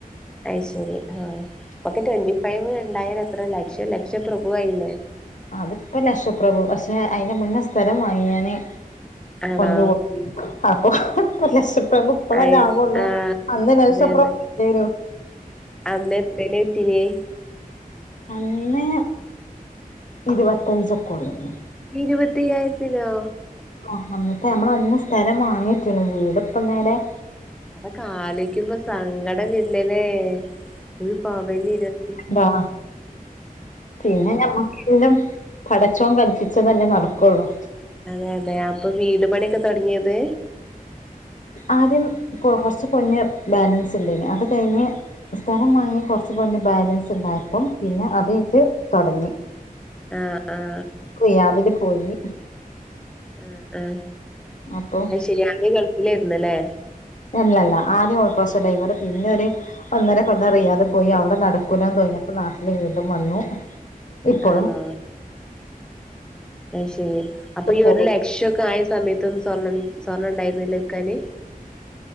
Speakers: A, in the centre; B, on the left.
A: അയിശരി ആഹ ഇപ്പോക്കെ ട്വന്റി ഫൈവ് ഉണ്ടായാല് എത്ര ലക്ഷം ലക്ഷ പ്രഭുവായില്ലേ.
B: അതിപ്പോ ലക്ഷപ്രഭു പക്ഷേ അതിന്റെ മുന്നേ സ്ഥലം വാങ്ങി ഞാന്
A: ആണോ
B: പൊന്നു കോ- അപ്പോ ലക്ഷ്യപ്രഭു ഇപ്പളെല്ലെ
A: അയ്
B: ആ വൊള്ളു.
A: ആഹ്
B: അന്ന് ലക്ഷപ്രഭു
A: അതെ അതെ
B: അല്ലേനു.
A: അന്ന് എത്രേല്ല കിട്ടീനെ-
B: അന്ന് ഇരുപത്തഞ്ചൊക്കെ ഒള്ളേന്നു.
A: ഇരുപത്തിയ്യായിരത്തിനോ?
B: ആഹ് അന്നത്തെ ഞമ്മൾ അന്ന് സ്ഥലം വാങ്ങിട്ട്ണ്. വീട് ഇപ്പ നേരെ-
A: അതൊക്കെ ആലോയ്ക്കുമ്പോ സങ്കടം വര്ലല്ലേ. ഒരു പവന് ഇരുപത്തി-
B: ബാ പിന്നെ ഞമ്മക്കെല്ലാം പടച്ചോൻ കളിപ്പിച്ചതല്ലേ നടക്കൊള്ളൂ.
A: അതെ അതെ അപ്പോ വീട് പണിയൊക്കെ തൊടങ്ങിയത്.
B: ആദ്യം കൊറ്ച്ച് പൊന്ന് ബാലൻസ് ഉണ്ടേനി അത് കഴിഞ്ഞ്- സ്ഥലം വാങ്ങി കൊറ്ച്ചു പൊന്ന് ബാലൻസ് ഇണ്ടായപ്പം പിന്നെ അതേ യ്റ്റ് തൊടങ്ങി.
A: ആഹ് ആഹ്.
B: കുയാബില് പോയി.
A: ആഹ് ആഹ്
B: അപ്പൊ
A: അയ് ശെരി. ആദ്യ ഗൾഫിലായിരുന്നല്ലേ?
B: അല്ലല്ല ആദ്യം ഓട്ടോറ്ക്ഷ ഡ്രൈവറ് പിന്നെ ഒരു ഒന്നര കൊല്ലം റിയാത് പോയി അവിടെ- നടക്കൂല്ലാന്ന് തോന്നിയപ്പോ നാട്ടില് വീണ്ടും വന്നു. ഇപ്പോളും
A: ആണോ? അഹ് ശെരി അപ്പൊ ഈ
B: പോകും
A: ഒരു ലക്ഷൊക്കെ ആയ സമയത്തൊന്നും സ്വർണ്ണ സ്വർണ്ണം ഉണ്ടായിരുന്നില്ല വിക്കാന്?